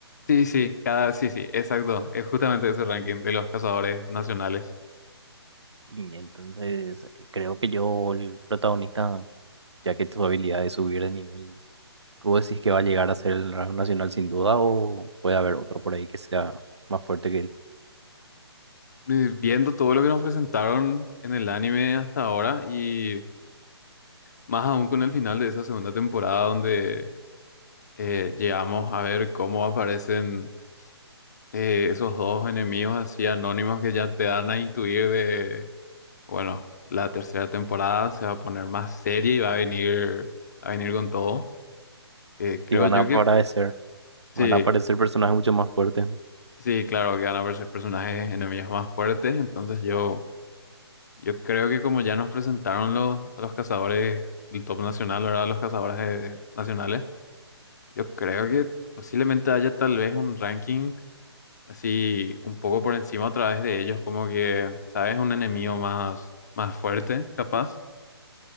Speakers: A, on the left; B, on the right.
A: Sí, sí, cada, sí, sí, exacto. Es justamente ese ranking de los cazadores nacionales.
B: Y entonces eh, creo que yo, el protagonista, ya que tu habilidad es subir de nivel, ¿tú decís que va a llegar a ser el rango nacional sin duda o puede haber otro por ahí que sea más fuerte que él?
A: eh, viendo todo lo que nos presentaron en el anime hasta ahora y más aún con el final de esa segunda temporada donde eh, llegamos a ver cómo aparecen eh, esos dos enemigos así anónimos que ya te dan a intuir de, bueno, la tercera temporada se va a poner más seria y va a venir, a venir con todo. Eh, creo
B: Y van
A: yo
B: a aparecer,
A: que sí,
B: van a aparecer personajes mucho más fuertes.
A: sí, claro que van a verse personajes enemigos más fuertes, entonces yo... Yo creo que como ya nos presentaron los, a los cazadores del top nacional, ¿verdad? Los cazadores eh, nacionales, yo creo que posiblemente haya tal vez un ranking así un poco por encima a través de ellos, como que, ¿sabes? Un enemigo más, más fuerte, capaz.